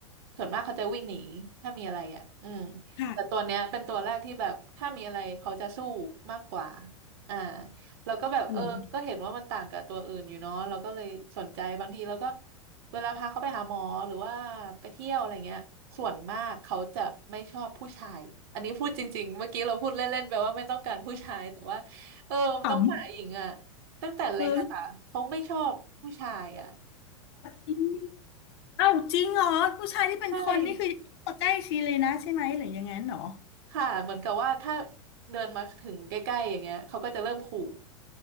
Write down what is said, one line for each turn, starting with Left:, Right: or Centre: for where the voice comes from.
Right: ส่วนมากเขาจะวิ่งหนีถ้ามีอะไรอ่ะอืม
Left: ค่ะ
Right: แต่ตัวเนี้ยเป็นตัวแรกที่แบบถ้ามีอะไรเขาจะสู้มากกว่าอ่าเราก็แบบเออก็เห็นว่ามันต่างกับตัวอื่นอยู่เนาะเราก็เลยสนใจบางทีเราก็
Left: หลอน
Right: เวลาพาเขาไปหาหมอหรือว่าไปเที่ยวอะไรเงี้ยส่วนมากเขาจะไม่ชอบผู้ชายอันนี้พูดจริงๆเมื่อกี้เราพูดเล่นๆไปว่าไม่ต้องการผู้ชายแต่ว่าเออน้องหมาหญิงอ่ะ
Left: ข
Right: ตั้งแต่เล็กอะค่ะเขาไม่ชอบผู้ชายอ่ะ
Left: ำเออจริงเอ้าจริงเหรอผู้ชายที่เป็นคนนี่คือ
Right: ใช่
Left: ใกล้ชีเลยนะใช่ไหมหรือยังงั้นเหรอ
Right: ค่ะเหมือนกับว่าถ้าเดินมาถึงใกล้ๆอย่างเงี้ยเขาก็จะเริ่มขู่